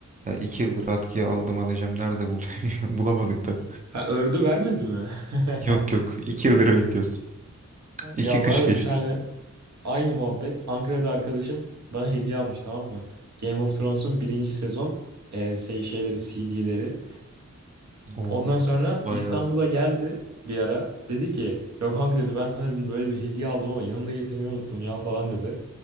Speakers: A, on the right; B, on the right.
A: Ya iki yıldır atkıya aldım alacağım. Nerede bulduk? <laughs> Bulamadık da.
B: Ha ördü vermedi mi? <laughs>
A: Yok yok. iki yıldır bekliyorsun. İki
B: Ya
A: kış
B: bana da
A: geçti
B: bir tane
A: üstüne.
B: aynı muhabbet. Ankara'da arkadaşım bana hediye almış tamam mı? Game of Thrones'un birinci sezon e, şey, şeyleri, CD'leri.
A: Oo.
B: Ondan sonra
A: Bayağı
B: İstanbul'a geldi bir ara. Dedi ki ya kanka dedi ben sana dedi böyle bir hediye aldım ama yanımda getirmeyi unuttum ya falan dedi.